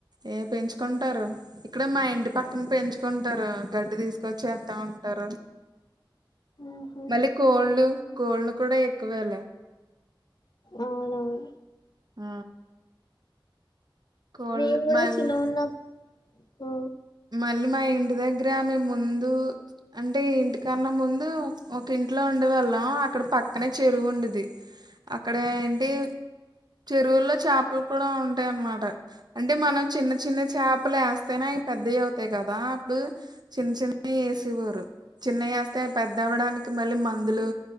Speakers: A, on the right (about 55°); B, on the left (about 55°).
A: ఏ పెంచుకుంటారు ఇక్కడ మా ఇంటి పక్కన పెంచుకుంటారు గడ్డి తీసుకొచ్చి ఎత్తా ఉంటారు
B: ఊహు.
A: మళ్ళీ కోళ్ళు కోళ్ళు కూడా ఎక్కువేలే
B: అవునవును
A: ఆ కోళ్ళు
B: మేము కూడా
A: మల్
B: చిన్నగున్న ఆ
A: మళ్ళీ మా ఇంటి దగ్గర మేం ముందు అంటే ఈ ఇంటి కన్నా ముందు ఒక ఇంట్లో ఉండే వాళ్ళం అక్కడ పక్కనే చెరువు ఉండేది అక్కడ ఏంటి చెరువుల్లో చేపలు కూడా ఉంటాయన్నమాట అంటే మనం చిన్న చిన్న చేపలు వేస్తేనే అయి పెద్దయి అవుతాయి కదా అప్పుడు చిన్న చిన్నవి వేసేవారు చిన్నవి వేస్తే అవి పెద్ద అవ్వడానికి కి మళ్ళీ మందులు